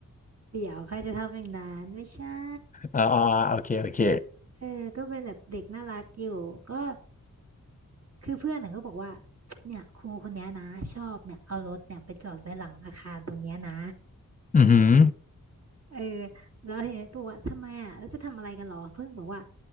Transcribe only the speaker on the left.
อ่าอ่าอ่าโอเคโอเค
อือหือ